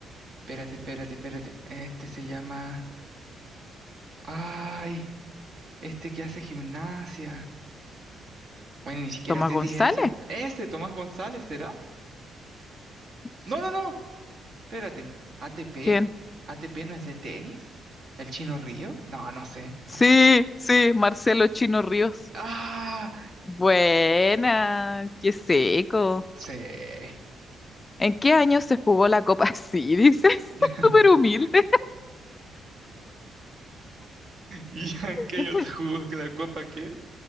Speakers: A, on the right; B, on the left.
A: Espérate, espérate, espérate. Este se llama... Ay, este que hace gimnasia. Bueno, ni siquiera
B: ¿Tomás
A: sé
B: González?
A: si es ese. Ese, Tomás González, ¿será?
B: No
A: No,
B: sé.
A: no, no. Espérate, ¿ATP?
B: ¿Quién?
A: ¿ATP no es de tenis? ¿El Chino Río? No, no sé.
B: Sí,
A: Ah,
B: sí, Marcelo Chino Ríos.
A: ¡Ah!
B: Buena, qué seco.
A: sí.
B: ¿En qué año se jugó la Copa? <laughs> Sí, dices,
A: <laughs>
B: <laughs> súper humilde.
A: ¿Y en qué
B: <laughs>
A: año se jugó la Copa qué?